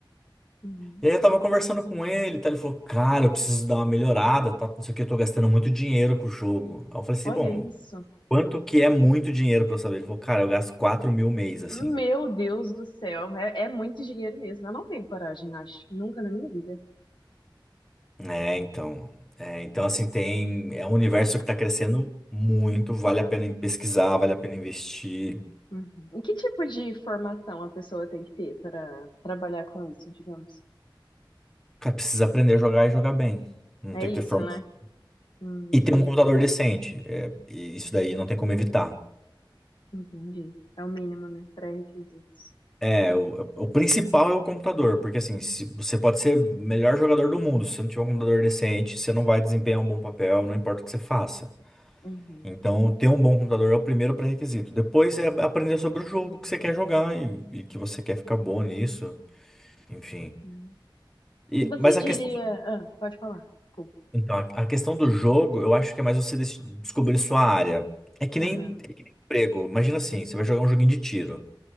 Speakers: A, on the left; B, in the centre.
A: Uhum.
B: E aí eu tava conversando com ele, tá? Ele falou, cara, eu preciso dar uma melhorada, tá? Não sei o que, eu tô gastando muito dinheiro com o jogo. Aí eu falei assim,
A: Olha
B: bom,
A: isso.
B: quanto que é muito dinheiro pra eu saber? Ele falou, cara, eu gasto quatro mil mês, assim.
A: Meu Deus do céu, é, é muito dinheiro mesmo. Eu não tenho coragem, eu acho. Nunca na minha vida.
B: É, então. É, então, assim, tem. É um universo que tá crescendo muito, vale a pena em pesquisar, vale a pena investir.
A: Uhum. E que tipo de formação a pessoa tem que ter para trabalhar com isso, digamos?
B: Cara, precisa aprender a jogar e jogar bem. Não
A: É
B: tem
A: isso,
B: que ter formação.
A: né? Hum,
B: E ter um computador decente. É, e isso daí não tem como evitar.
A: entendi. É o mínimo, né? Pré-requisitos.
B: É, o, o principal é o computador, porque assim, se, você pode ser o melhor jogador do mundo, se você não tiver um computador decente, você não vai desempenhar um bom papel, não importa o que você faça.
A: Uhum.
B: Então, ter um bom computador é o primeiro pré-requisito. Depois é aprender sobre o jogo que você quer jogar e, e que você quer ficar bom nisso, enfim.
A: Uhum.
B: E,
A: E você
B: mas
A: diria.
B: a questão,
A: Ah, pode falar. Desculpa.
B: então, a, a questão do jogo, eu acho que é mais você des- descobrir sua área. É que
A: Aham,
B: nem, é que nem emprego. Imagina assim, você vai jogar um joguinho de tiro.